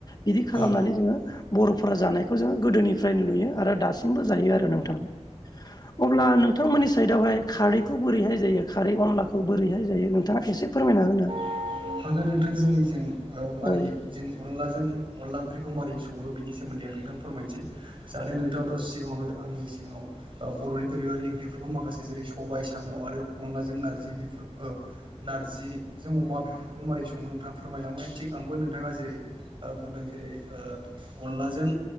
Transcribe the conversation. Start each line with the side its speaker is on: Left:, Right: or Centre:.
Left: बिदि खालामनानै
Right: औ
Left: जोङो बर'फोरा जानायखौ जोङो गोदोनि फ्रायनो नुयो आरो दासिम बो जायो आरो नोंथां । अब्ला नोंथां मोननि साइदाव हाय खारैखौ बोरैहाय जायो खारै अनलाखौ बोरैहाय जायो नोंथाङा ऐसे से फोरमायना होनो
Right: <inaudible> हागोन नोंथां जोंनिजों ओ मारै
Left: औ
Right: जों अनलाजों अनला ओंख्रिखौ मारै सङो बिनि सोमोन्दै आं नोंथां फोरमायनोसै जाहाथे नोंथाङाथ' सिगाङावनो आंनि सिगाङाव अ बर'नि दोरोङारि ओंख्रि फोरखौ माखासे जेरै सबाय, साम' आरो अनलाजों नारजि बेफोर ओ ओ नारजि जों अमा बेफोरखौ मारै सङो? मो नोंथाङा फोरमाय लांबाय थिग आंबो नोंथाङा जेरै आ बुंदों जेरै ओ अनलाजों